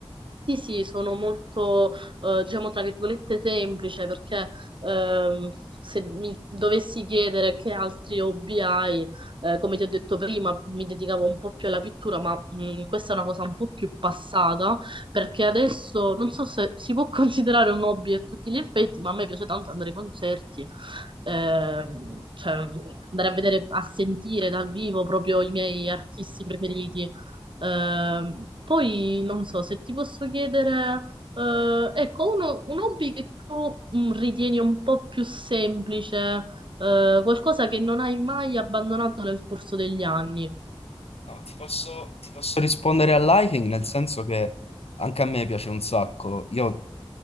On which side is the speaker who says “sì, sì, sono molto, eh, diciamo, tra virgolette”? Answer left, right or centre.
Right